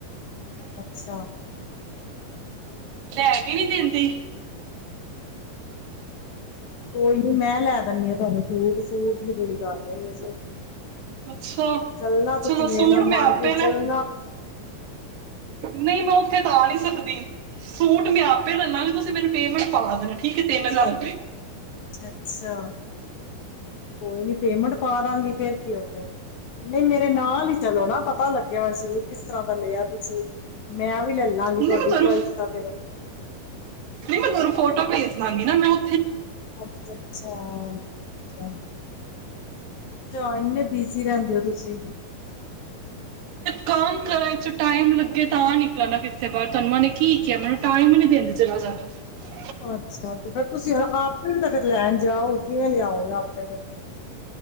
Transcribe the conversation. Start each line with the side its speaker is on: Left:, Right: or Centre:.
Left: ਅੱਛਾ-ਅੱਛਾ।
Right: ਲੇ ਕੇ ਹੀ ਨੀ ਦਿੰਦੀ।
Left: ਕੋਈ ਨੀ ਮੈਂ ਲੈ ਦੱਨੀ ਹਾਂ, ਤੁਹਾਨੂੰ ਸੂਟ-ਸੂਟ। ਕਿ ਕਿਹੜੀ ਗੱਲ ਐ,
Right: ਅੱਛਾ
Left: ਚੱਲਣਾ
Right: ਚਲੋ
Left: ਤੁਸੀਂ ਮੇਰੇ
Right: ਸੂਟ
Left: ਨਾਲ ਮਾਰਕਿਟ
Right: ਮੈਂ ਆਪੇ
Left: ਚੱਲਣਾ।
Right: ਲੈ ਨਹੀਂ ਮੈਂ ਉੱਥੇ ਤਾਂ ਆ ਨਹੀਂ ਸਕਦੀ ਸੂਟ ਮੈਂ ਆਪੇ ਲੈਲੇਗੀ, ਤੁਸੀਂ ਮੈਨੂੰ ਪੇਮੈਂਟ ਪਾ ਦੇਣਾ ਠੀਕ ਹੈ, ਤਿੰਨ ਹਜ਼ਾਰ ਰੁਪਏ
Left: ਅੱਛਾ, ਕੋਈ ਨੀ ਪੇਮੈਂਟ ਪਾ ਦਾਂਗੀ। ਫੇਰ ਕੀ ਹੋ ਗਿਆ, ਹੋ ਨਹੀਂ ਮੇਰੇ ਨਾਲ ਹੀ ਚਲੋ ਨਾ ਪਤਾ ਲੱਗਿਆ, ਮੈ ਸੂਟ ਕਿਸ ਤਰ੍ਹਾਂ ਦਾ ਲਿਆ ਤੁਸੀਂ ਮੈਂ ਵੀ ਲੈਲਾਂਗੀ
Right: ਨਹੀਂ
Left: ਤੁਹਾਡੀ
Right: ਮੈਂ ਤੁਹਾਨੂੰ
Left: ਚਆਇਸ ਤਾਂ ਫਿਰ।
Right: ਨਹੀਂ ਮੈਂ ਥੋਨੂੰ ਫੋਟੋ ਭੇਜ ਦਾਂਗੀ, ਨਾ ਮੈਂ ਉ
Left: ਅੱਛਾ-ਅੱਛਾ ਇਨੇ ਬਿਜੀ ਰਹਿੰਦੇ ਔ। ਤੁਸੀ,
Right: ਕੰਮ ਕਰਾਂ ਏਚ ਚੋਂ ਟਾਈਮ ਲੱਗੇ, ਤਾਂ ਨਿਕਲ ਨਾ ਕਿੱਥੇ ਬਾਹਰ ਤਹਾਨੂੰ ਨੇ ਕੀ ਕਿਹਾ ਮੈਨੂੰ ਟਾਈਮ ਹੀ ਨੀ ਦਿੰਦੀ ਜਰਾ ਜਾ ਵੀ
Left: ਅੱਛਾ, ਤੇ ਫਿਰ ਤੁਸੀਂ ਆਪੇ ਵੀ ਤੇ ਫਿਰ ਲੈਣ ਜਾਓ, ਕਿਵੇਂ ਲਿਆਓਗੇ ਆਪੇ ਫ